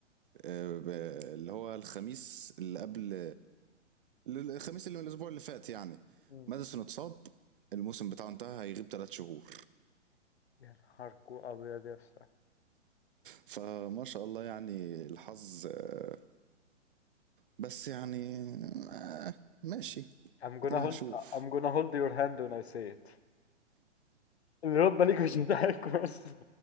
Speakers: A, on the right; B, on the left.
A: آه، ب- اللي هو الخميس اللي قبل اللي- الخميس اللي من الاسبوع اللي فات يعني
B: مم.
A: ماديسون اتصاب الموسم بتاعه انتهى هيغيب ثلاث شهور
B: يا نهاركو أبيض يا اسطى
A: فما شاء الله يعني الحظ آه، بس يعني آه، ماشي
B: I'm gonna
A: ادينا
B: hold
A: هنشوف
B: I'm gonna hold your hand when I say it الرد ليك مش بتاعك بس